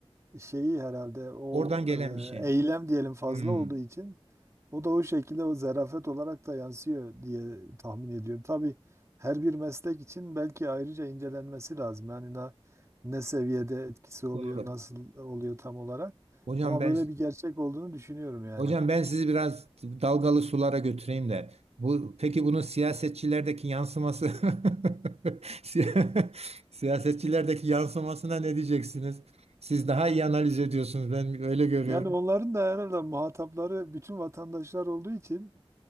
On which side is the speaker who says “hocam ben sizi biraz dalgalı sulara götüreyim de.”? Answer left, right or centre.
Right